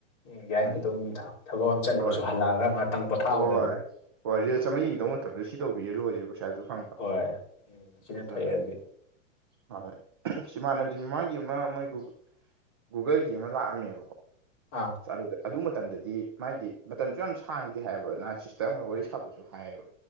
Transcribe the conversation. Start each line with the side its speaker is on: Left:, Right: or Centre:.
Left: ꯎꯝ ꯌꯥꯏ
Right: ꯍꯥꯏꯗꯤ
Left: ꯑꯗꯨꯝ ꯊꯕꯛ ꯑꯃ ꯆꯠꯂꯨꯔꯁꯨ
Right: ꯍꯣꯏ
Left: ꯍꯜꯂꯛꯑꯒ ꯉꯥꯏꯍꯥꯛꯇꯪ ꯄꯣꯊꯥꯕꯗ
Right: ꯍꯣꯏ
Left: ꯑꯗꯨꯝ
Right: ꯍꯣꯏ ꯔꯤꯜꯁ ꯑꯃ ꯌꯦꯡꯗꯧ ꯃꯇꯝꯗ ꯁꯤ ꯇꯧꯕꯤꯔꯦ ꯂꯣꯏꯔꯦ ꯄꯩꯁꯥꯁꯨ ꯐꯪꯕ
Left: ꯍꯣꯏ ꯎꯝ ꯁꯤꯅ
Right: ꯑꯗꯨꯅ
Left: ꯐꯩ ꯑꯗꯨꯗꯤ
Right: ꯍꯥꯡꯉꯦ ꯁꯤꯃꯥꯟꯅꯕꯗꯤ ꯃꯃꯥꯡꯒꯤ ꯑꯃ ꯃꯣꯏ ꯒꯨꯒꯨ ꯒꯨꯒꯜꯒꯤ ꯑꯃ ꯂꯥꯛꯑꯝꯃꯦꯕꯀꯣ
Left: ꯑꯥ
Right: ꯑꯁ ꯑꯗꯨꯗ ꯑꯗꯨ ꯃꯇꯝꯗꯗꯤ ꯃꯥꯏꯗꯤ ꯃꯇꯝꯁꯨ ꯌꯥꯝ ꯁꯥꯡꯗꯦ ꯍꯥꯏꯌꯦꯕ ꯅ ꯁꯤꯁꯇꯔ ꯑꯃꯒ ꯋꯥꯔꯤ ꯁꯥꯕꯁꯨ ꯍꯥꯏꯌꯦꯕ